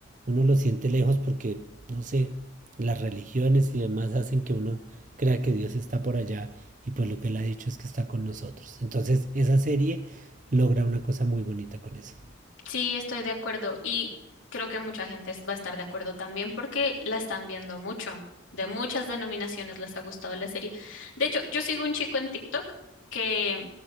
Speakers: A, on the right (about 40°); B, on the left (about 85°).
A: uno lo siente lejos porque, no sé, las religiones y demás hacen que uno crea que Dios está por allá y pues lo que él ha dicho es que está con nosotros. Entonces esa serie logra una cosa muy bonita con eso.
B: Sí, estoy de acuerdo y creo que mucha gente es- va a estar de acuerdo también porque la están viendo mucho. De muchas denominaciones les ha gustado la serie. De hecho, yo sigo un chico en TikTok que